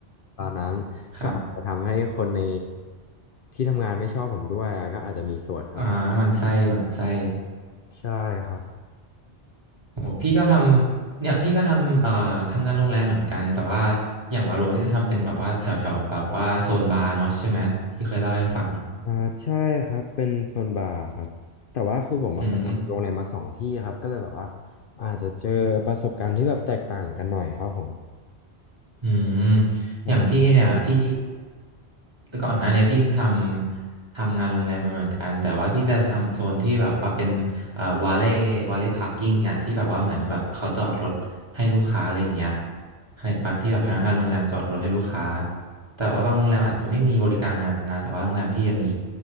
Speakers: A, on the left; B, on the right.
A: ตอนนั้นก็อาจจะทำให้คนใน
B: ครับ
A: ที่ทำงานไม่ชอบผมด้วยอะก็อาจจะมีส่วนครับ
B: อ่าหมันไส้หมันไส้
A: ใช่ครับ
B: โหพี่ก็ทำเนี่ยพี่ก็ทำเอ่อทำงานโรงแรมเหมือนกันแต่ว่าอย่างวาโลนี่จะทำเป็นแบบว่าแถวแถวแบบว่าโซนบาร์เนาะใช่ไหมที่เคยเล่าให้ฟัง
A: อ่าใช่ครับเป็นโซนบาร์ครับแต่ว่าคือผมอะไปทำโรงแรมมาสองที่ครับก็เลยแบบว่า
B: อืม
A: อาจจะเจอประสบการณ์ที่แบบแตกต่างกันหน่อยครับผม
B: อืม
A: ใช่
B: อย่างพี่เนี่ยพี่ก่อนหน้าเนียพี่ทำทำงานโรงแรมมาเหมือนกันแต่ว่าพี่จะทำโซนที่แบบว่าเป็นเอ่อวาเล่วาเล่พาร์กิ้งอ่ะที่แบบว่าเหมือนแบบเขาจอดรถให้ลูกค้าอะไรอย่างเงี้ยให้ปที่แบบพนักงานโรงแรมจอดรถให้ลูกค้าแต่ว่าบางโรงแรมอาจจะไม่มีบริการนั้นนะแต่ว่าโรงแรมพี่อะมี